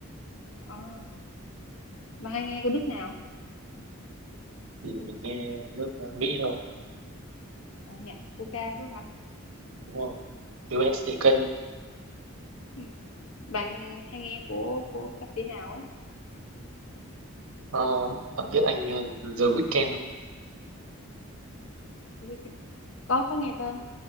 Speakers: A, on the left; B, on the right.
A: à, mà hay nghe của nước nào
B: thì mình nghe nước à, Mỹ thôi,
A: à, nhạc của ca đúng hả
B: đúng không? USAK,
A: ừ. bạn hay nghe của của ca sĩ nào á
B: Ờ, bạn biết anh ờ, The Weeknd không?
A: Tôi biết chưa? có có nghe tên